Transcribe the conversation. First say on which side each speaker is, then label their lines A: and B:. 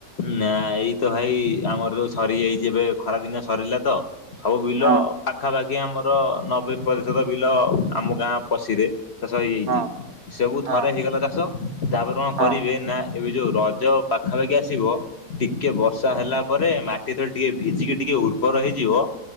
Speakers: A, on the left; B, on the right.
A: ନାଁ ଏଇ ତ ଭାଇ ଆମର ତ ସରିଯାଇଛି ଏବେ ଖରା ଦିନ ସରିଲା ତ। ସବୁ ବିଲ
B: ହଁ
A: ପା ପାଖାପାଖି ଆମର ନବେ ପ୍ରତିଶତ ବିଲ ଆମ ଗାଁ ପଶିରେ। ଚାଷ ହେଇଯାଇଛି
B: ହଁ
A: ସବୁ
B: ହଁ
A: ଥରେ ହେଇଗଲା ଚାଷ। ତାପରେ କଣ
B: ହଁ
A: କରିବେ ନା ଏବେ ଯୋଉ ରଜ ପାଖାପାଖି ଆସିବ ଟିକେ ବର୍ଷା ହେଲା ପରେ ମାଟି ତଳେ ଟିକେ ଭିଜିକି ଟିକେ ଉର୍ବର ହେଇଯିବ।